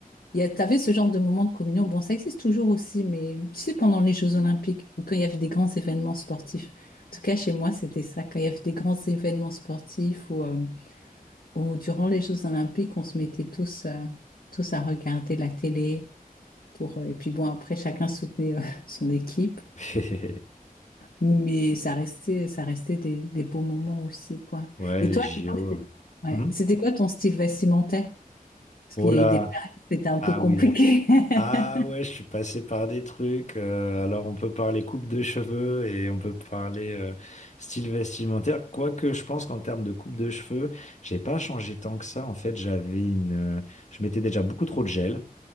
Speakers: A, on the left; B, on the left.
A: il y a- t'avais ce genre de moment de communion. Bon, ça existe toujours aussi, mais tu sais, pendant les Jeux Olympiques, ou quand il y avait des grands événements sportifs. En tout cas, chez moi, c'était ça. Quand il y avait des grands événements sportifs ou, euh, ou durant les Jeux Olympiques, on se mettait tous, euh, tous à regarder la télé. Pour, euh, et puis bon, après, chacun soutenait, euh, <laughs> son équipe
B: <laughs>
A: Mais ça restait, ça restait des, des beaux moments aussi, quoi.
B: Ouais,
A: Et
B: les
A: toi,
B: JO.
A: à l'époque, c'est- ouais.
B: Mhm.
A: C'était quoi ton style vestimentaire? Parce qu'il
B: Oh
A: y
B: là,
A: a eu des périodes, où c'était un
B: ah
A: peu compliqué.
B: oui. Ah
A: <laughs>
B: ouais, je suis passé par des trucs. euh, alors on peut parler coupe de cheveux et on peut parler euh, style vestimentaire. Quoique je pense qu'en termes de coupe de cheveux, j'ai pas changé tant que ça. En fait, j'avais une, euh, je mettais déjà beaucoup trop de gel.